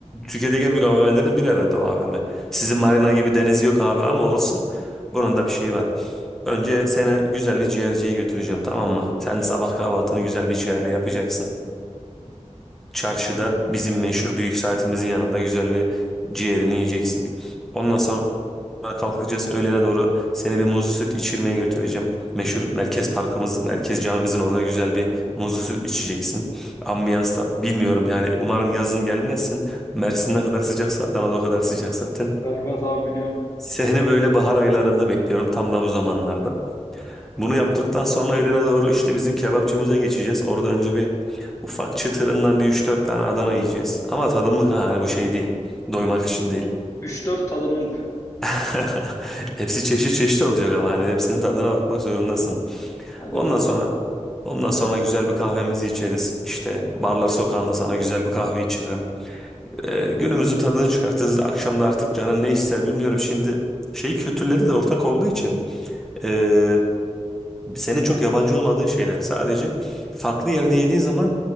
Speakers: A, in the centre; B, on the left.
A: Türkiye'deki en büyük AVM'lerin biri herhalde o AVM. Sizin marina gibi deniz yok abi ama olsun. Bunun da bir şeyi var. Önce seni güzel bir ciğerciye götüreceğim tamam mı? Sen sabah kahvaltını güzel bir ciğerle yapacaksın. Çarşıda bizim meşhur büyük saatimizin yanında güzel bir ciğerini yiyeceksin. Ondan sonra kalkacağız. Öğlene doğru seni bir muzlu süt içirmeye götüreceğim. Meşhur merkez parkımız, merkez camimizin orada güzel bir muzlu süt içeceksin. Ambiyans da bilmiyorum yani umarım yazın gelmezsin. Mersin ne kadar sıcaksa Adana'da o kadar sıcak zaten.
B: Berbat abi biliyorum.
A: Seni böyle bahar aylarında bekliyorum tam da bu zamanlarda. Bunu yaptıktan sonra öğlene doğru işte bizim kebapçımıza geçeceğiz. Orada önce bir ufak çıtırından bir üç dört tane Adana yiyeceğiz. Ama tadımlık ha hani bu şey değil. Doymak için değil.
B: Üç dört tadımlık.
A: <laughs> Hepsi çeşit çeşit olacak ama hani hepsinin tadına bakmak zorundasın.
B: Hadi
A: Ondan
B: bakalım.
A: sonra ondan sonra güzel bir kahvemizi içeriz. İşte barlar sokağında sana güzel bir kahve içiririm. Ee, günümüzün tadını çıkartırız. Akşam da artık canın ne ister bilmiyorum. Şimdi şey kültürleri de ortak olduğu için. ee, senin çok yabancı olmadığın şeyler. Sadece farklı yerde yediğin zaman